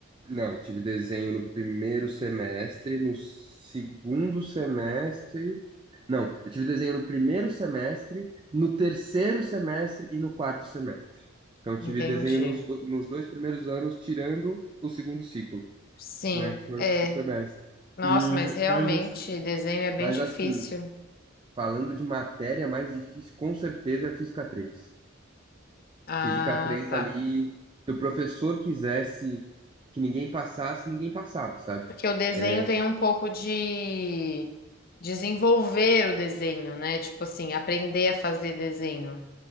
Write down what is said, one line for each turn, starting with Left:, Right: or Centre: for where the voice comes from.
Right: Não, tive desenho no primeiro semestre, no segundo semestre. Não, eu tive desenho no primeiro semestre, no terceiro semestre e no quarto semestre. Então, tive
Left: Entendi.
Right: desenho nos, do- nos dois primeiros anos, tirando o segundo ciclo,
Left: Sim,
Right: né, que foi
Left: é.
Right: o segundo semestre.
Left: Nossa,
Right: E,
Left: mas realmente
Right: mas assim,
Left: desenho é bem
Right: mas
Left: difícil.
Right: assim, falando de matéria mais difícil, com certeza é Física 3.
Left: Ah,
Right: Física 3
Left: tá.
Right: ali, se o professor quisesse que ninguém passasse, ninguém passava, sabe?
Left: Porque o desenho
Right: É,
Left: tem um pouco de desenvolver o desenho, né? Tipo assim, aprender a fazer desenho.